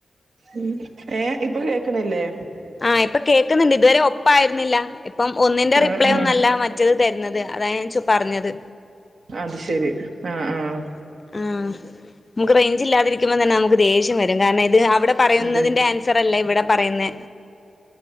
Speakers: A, on the right (about 85°); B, on the left (about 35°).
A: ഉം ഏ ഇപ്പൊ കേക്ക്ന്നില്ലേ?
B: ആ ഇപ്പ കേക്ക്ന്ന്ണ്ട് ഇതുവരെ ഒപ്പായിര്ന്നില്ല ഇപ്പം ഒന്നിന്റെ
A: ആ
B: റിപ്ലൈ
A: ആ
B: ഒന്നല്ല മറ്റത് തര്ന്നത് അതാ ഞാ ച്ചു പർഞ്ഞത്.
A: അത് ശരി ആഹ് ആഹ്.
B: ആഹ് നമുക്ക് റേഞ്ച് ഇല്ലാതിരിക്കുമ്പോ തന്നെ നമുക്ക് ദേഷ്യം വരും കാരണം ഇത് അവ്ടെ പറയുന്നതിന്റെ
A: അതെ
B: ആൻസർ അല്ലേ ഇവിടെ പറയുന്നെ